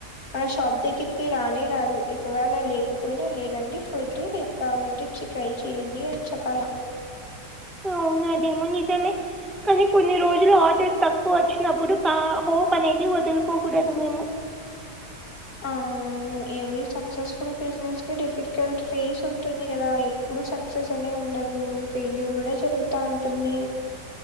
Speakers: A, on the left; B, in the centre.
A: మన షాప్ దగ్గరికి రానే రారు ఒకవేళ లేకపో పోయిన లేదండి ఫుడ్ రేపు కావాలంటే వచ్చి ట్రై చేయండి అని చెప్పాలా
B: అవును అదేమో నిజమే కానీ కొన్ని రోజులు ఆర్డర్స్ తక్కువ వచ్చినప్పుడు కా హోప్ అనేది వదులుకోకూడదు మేము ఆ
A: అవును ఎవ్రీ సక్సెస్ఫుల్ బిజినెస్ కి డిఫికల్ట్ ఫేస్ ఉంటుంది గదా ఎప్పుడు సక్ సక్సెస్ అనే ఉండదు ఫెయిల్యూర్ కూడ జరుగుతా ఉంటుంది